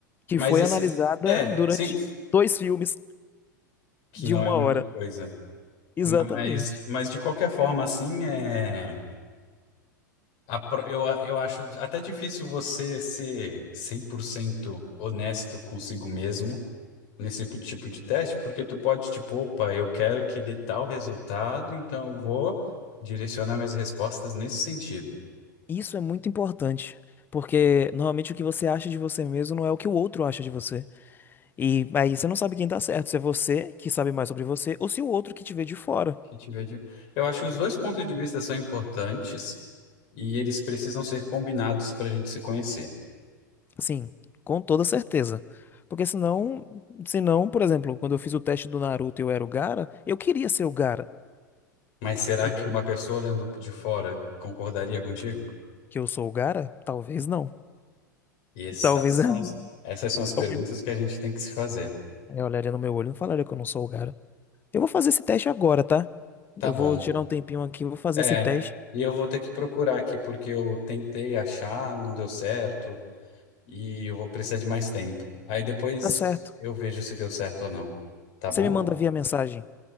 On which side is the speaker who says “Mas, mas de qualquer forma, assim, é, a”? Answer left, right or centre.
Left